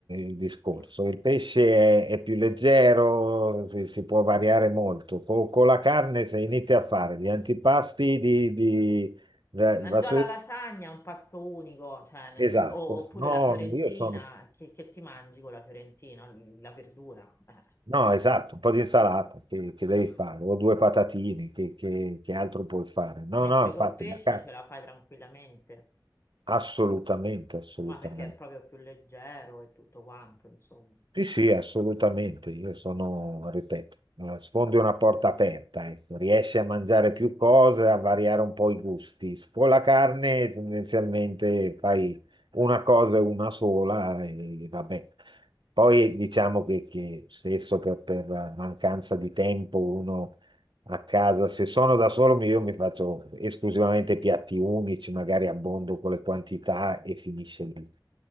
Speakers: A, on the right; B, on the left.
A: il discorso.
B: sì.
A: Il pesce è, è più leggero, si, si può variare molto. Co- Con, la carne, se inizi a fare gli antipasti di, di- da-
B: Ma
A: da-
B: già la lasagna è un pasto unico, cioè, nel-
A: esatto,
B: o- oppure
A: no,
B: la fiorentina,
A: io sono,
B: che, che ti mangi con la fiorentina? La verdura. eh.
A: no, esatto, un po' di insalata che, che
B: Mm.
A: devi fare, o due patatine, che, che- che altro puoi fare? No,
B: Mentre
A: no, infatti,
B: col pesce
A: la carne,
B: ce la fai tranquillamente,
A: assolutamente, assolutamente.
B: ma perché è proprio più leggero e tutto quanto, insomma.
A: Sì, sì, assolutamente. Io sono, ripeto, eh, sfondi una porta aperta, ecco. Riesci a mangiare più cose, a variare un po' i gusti. Con la carne tendenzialmente fai una cosa e una sola e vabbè. Poi diciamo che, che spesso per, per mancanza di tempo uno a casa, se sono da solo mi- io mi faccio esclusivamente piatti unici, magari abbondo con le quantità e finisce lì.